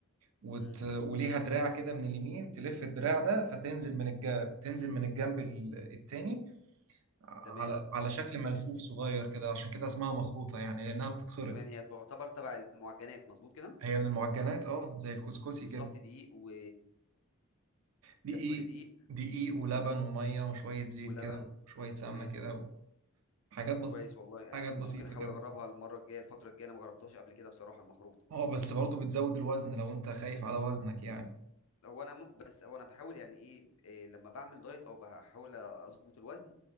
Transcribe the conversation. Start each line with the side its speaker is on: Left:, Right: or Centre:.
Right: وت...
Left: امم
Right: وليها دراع كده من اليمين تلف الدراع ده فتنزل من الجنب تنزل من الجنب ال- التاني على
Left: تمام
Right: على شكل ملفوف صغير كده عشان كده اسمها مخروطة يعني لأنها بتتخرط
Left: تمام هي تعتبر تبع المعجنات مظبوط كده
Right: هي من المعجنات اه زي الكسكسي
Left: بالظبط
Right: كده
Left: دقيق و انت
Right: دقيق
Left: بتقولي دقيق
Right: دقيق ولبن وميه وشويه زيت
Left: ولبن
Right: كده وشويه سمنه
Left: تمام
Right: كده وحاجات بس
Left: كويس والله
Right: حاجات
Left: ممكن
Right: بسيطه
Left: احاول
Right: كده
Left: اجربها المره الجايه الفتره الجايه انا ما جربتهاش قبل كده بصراحه المخروط
Right: اه بس برضه بتزود الوزن لو انت خايف على وزنك يعني
Left: هو انا م... بس هو انا بحاول يعني ايه, إيه لما بعمل دايت او بحاول اظبط الوزن